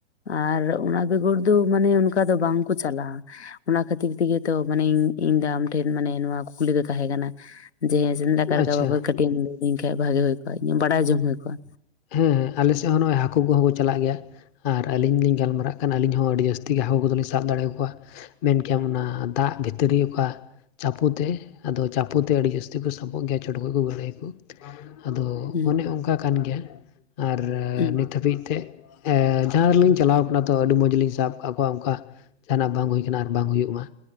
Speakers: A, on the left (about 85°); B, on the left (about 40°).
A: ᱟᱨ ᱚᱱᱟ ᱵᱮᱜᱚᱨ ᱫᱚ ᱢᱟᱱᱮ ᱚᱝᱠᱟ ᱫᱚ ᱵᱟᱝ ᱠᱚ ᱪᱟᱞᱟᱜᱼᱟ᱾ ᱚᱱᱟ ᱠᱷᱟᱹᱛᱤᱨ ᱛᱮ ᱜᱮ ᱛᱚ ᱢᱟᱱᱮ ᱤᱧ ᱫᱚ ᱟᱢ ᱴᱷᱮᱱ ᱢᱟᱱᱮ ᱱᱚᱣᱟ ᱠᱩᱠᱞᱤ ᱫᱚ ᱛᱟᱦᱮᱸ ᱠᱟᱱᱟ, ᱡᱮ ᱦᱮᱸ ᱡᱮᱱᱫᱟ ᱠᱟᱨᱠᱟ
B: ᱟᱪᱪᱷᱟ
A: ᱵᱟᱵᱚᱛ ᱠᱟᱹᱴᱤᱡ ᱮᱢ ᱞᱟᱹᱭᱤᱧ ᱠᱷᱟᱡ ᱵᱷᱟᱜᱤ ᱦᱳᱭ ᱠᱚᱜᱼᱟ ᱤᱧ ᱵᱟᱰᱟᱭ ᱡᱚᱝ ᱦᱩᱭ ᱠᱚᱜᱼᱟ᱾
B: ᱦᱮᱸ ᱦᱮᱸ ᱟᱞᱮ ᱥᱮᱫ ᱦᱚᱸ ᱱᱚᱜᱚᱭ ᱦᱟᱹᱠᱩ ᱠᱚ ᱦᱚᱸ ᱠᱚ ᱪᱟᱞᱟᱜ ᱜᱮᱭᱟ, ᱟᱨ ᱟᱹᱞᱤᱧ ᱞᱤᱧ ᱜᱟᱞᱢᱟᱨᱟᱜ ᱠᱟᱱ ᱟᱹᱞᱤᱧ ᱦᱚᱸ ᱟᱹᱰᱤ ᱡᱟᱹᱥᱛᱤ ᱜᱮ ᱦᱟᱹᱠᱩ ᱠᱚᱫᱚᱞᱤᱧ ᱥᱟᱵ ᱫᱟᱲᱮᱭᱟᱠᱚᱣᱟ᱾ ᱢᱮᱱ ᱠᱮᱭᱟᱢ ᱚᱱᱟ ᱫᱟᱜ ᱵᱷᱤᱛᱨᱤ ᱚᱠᱟ ᱪᱟᱯᱩ ᱛᱮ ᱟᱫᱚ ᱪᱟᱯᱩ ᱛᱮ ᱟᱹᱰᱤ ᱡᱟᱹᱥᱛᱤ ᱠᱚ ᱥᱟᱵᱚᱜ ᱜᱮᱭᱟ ᱪᱚᱰᱜᱚᱡ ᱠᱚ ᱜᱟᱹᱲᱟᱹᱭᱠᱩ ᱟᱫᱚ
A: ᱦᱩᱸ
B: ᱚᱱᱮ ᱚᱝᱠᱟ ᱠᱟᱱ ᱜᱮᱭᱟ, ᱟᱨ
A: ᱦᱩᱸ
B: ᱱᱤᱛ ᱦᱟᱹᱵᱤᱡ ᱛᱮ ᱮ ᱡᱟᱦᱟᱸ ᱨᱮᱞᱤᱧ ᱪᱟᱞᱟᱣ ᱠᱟᱱᱟ ᱛᱚ ᱟᱹᱰᱤ ᱢᱚᱡ ᱞᱤᱧ ᱥᱟᱵ ᱠᱟᱜ ᱠᱚᱣᱟ ᱚᱝᱠᱟ ᱡᱟᱦᱟᱸᱱᱟᱜ ᱵᱟᱝ ᱦᱩᱭ ᱠᱟᱱᱟ ᱟᱨ ᱵᱟᱝ ᱦᱩᱭᱩᱜ ᱢᱟ